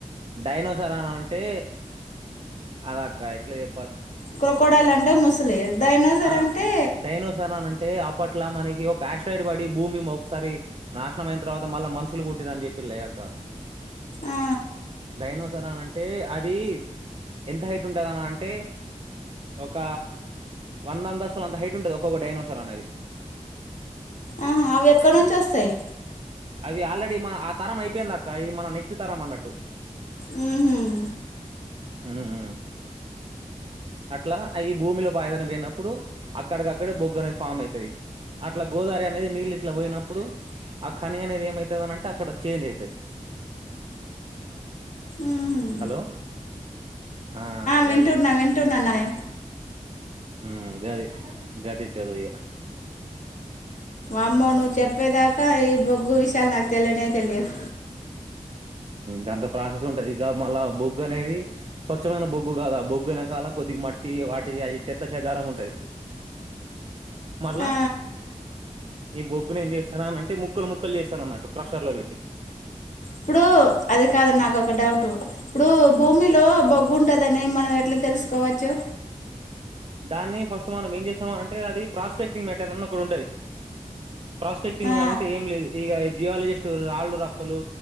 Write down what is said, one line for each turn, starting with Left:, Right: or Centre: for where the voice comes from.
Right: డైనోస్ తరనాన అంటే అద అక్క ఏట్లే చే
Left: క్రోకోడైల్ అంటే ముసలి డైనోసార్
Right: ఆ
Left: అంటే
Right: డైనోసార్ అని అప్పట్లా మనకి ఒక ఆక్సైడ్ పడి భూమి మోకసరీ నాశనం అయి తర్వాత మళ్ళ మనుషులు పుట్టిరు చెప్పిల్లు లే కదా
Left: ఆ,
Right: డైనోసార్ అని అంటే అంటే అది ఎంత హైట్ ఉంటదన్న అంటే ఒక వందం దస్తులు అంత హైట్ ఉంటది ఒక్కొక్క డైనోసర్ అనిది
Left: ఆహా అవి ఎక్కడ నుంచి వస్తాయి
Right: అవి ఆల్రెడీ ఆ తరం అయిపోయింది అక్క ఇది మన నెక్స్ట్ తరం అన్నట్టు
Left: మ్మ్హ్మ్.
Right: హ అట్లా అవి భూమిలో బయదని పోయినప్పుడు అక్కడికిక్కడ బొగ్గు అనేది ఫామ్ అయితది అ ట్లా గోదారి అనేది నీళ్ళు ఇట్లా పోయినప్పుడు కానీ అనేది ఏమవుతుందినంటే అక్కడ చేంజ్ అవుతుంది
Left: మ్మ్హ్మ్.
Right: హలో ఆ
Left: వింటున్నా
Right: గది
Left: వింటున్నా నానే
Right: ఉమ్ గది గది చదురిగా
Left: అమ్మో నువ్వు చెప్పేదాకా ఈ బొగ్గు విషయాలు నాకు తెలియనే తెలియవు
Right: గంత ప్రాసెస్ ఉంటది ఇక మళ్ళా బొగ్గు అనేది స్వచ్ఛమైన బొగ్గు కాదు ఆ బొగ్గు అనేకాల కొద్దిగా మట్టి వాటి అవి చెత్త చేదారం ఉంటది మళ్ళా
Left: ఆ
Right: ఈ బొగ్గును ఏం చేస్తార అనింటే ముక్కలు ముక్కలు చేస్తను అన్నట్టు క్రషర్ లో పెట్టి
Left: ఇప్పుడు అది కాదు నాకు ఒక డౌట్ ఇప్పుడు భూమిలో బొగ్గు ఉంటదని మనం ఎట్లా తెలుసుకోవచ్చు
Right: దాన్ని ఫస్ట్ మనం ఏం చేస్తామ అంటే అది ప్రాస్పెక్టింగ్ మట అన్న కూడా ఉంటుది ప్రాస్పెక్టింగ్
Left: ఆ
Right: ని అంటే ఏం లేదు ఇక జియాలజిస్ట్ రాళ్ళు రప్పలు